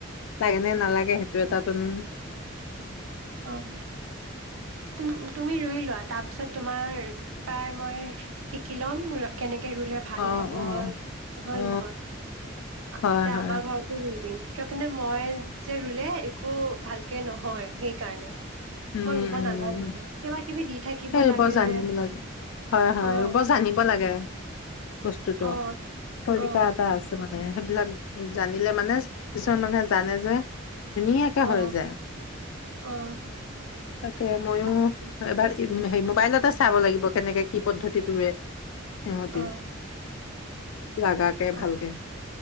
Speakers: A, on the left; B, on the right.
A: লাগে নে নালাগে সেইটো এটাচোন,
B: অঁ তুম তুমি ৰুই লোৱা তাৰপিছত তুম তোমাৰ পৰাই মই শিকি ল'ম ৰ কেনেক কে ৰুলে ভাল
A: অ
B: হ'ব,
A: অ
B: হয়
A: অ
B: নে নহয়?
A: হয়
B: তেতিয়া
A: হয়
B: আমাৰ ঘৰটো ৰুই দিম। কিয় কাৰনে মই যে ৰুলে একো ভালকে নহয় সেই কাৰণে।
A: উম
B: মই ৰুব
A: উম
B: নাজানো, কিবা কিবি দি থাকিব
A: সেই ৰুব
B: লাগে
A: জানিব
B: যে
A: লাগে হয়, হয়,
B: অ
A: ৰুব জানিব লাগে, বস্তুটো
B: অ
A: তৰিকা
B: অ
A: এটা আছে মান সেইবিলাক জানিলে মানে, কিছুমান মানুহে জানে যে ধুনীয়াকে
B: অ
A: হৈ যায়।
B: অ
A: তাকে, মইও
B: তাকে
A: এবাৰ সেই মোবাইলতে চাব লাগিব কেনেকে, কি পদ্ধতিত ৰোৱে। সিহঁতি
B: অ
A: লাগাকে
B: অ
A: ভালকে।